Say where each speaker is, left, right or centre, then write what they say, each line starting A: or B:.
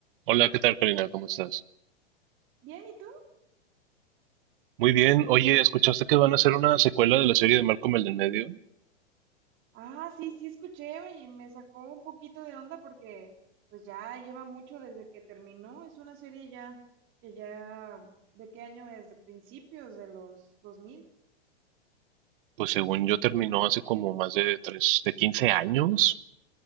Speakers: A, on the right; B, on the right.
A: Hola, ¿qué tal, Karina? ¿Cómo estás?
B: Bien, ¿y tú?
A: Muy bien. Oye, ¿escuchaste que van a hacer una secuela de la serie de Malcolm el del medio?
B: Ah, sí, sí, escuché y me sacó un poquito de onda porque pues ya lleva mucho desde que terminó. Es una serie ya que ya, ¿de qué año es? De principios de los dos mil
A: Pues según yo terminó hace como más de tres, de quince años.